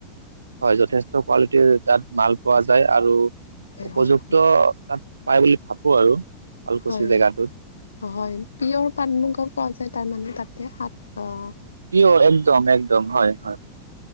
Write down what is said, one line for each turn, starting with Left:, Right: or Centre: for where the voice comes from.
Right: হয় যথেষ্ট কৱালিটিৰ তাত মাল পোৱা যায় আৰু উপযুক্ত
Left: হয়, হয়,
Right: ত পাই বুলি ভাবো আৰু। শুৱালকুছি
Left: হয়
Right: জেগাটোত
Left: হয় পিয়'ৰ পাট মুূগাও পোৱা যায় তাৰমানে তাতে সাত
Right: পিয়ৰ' একদম একদম হয় হয়।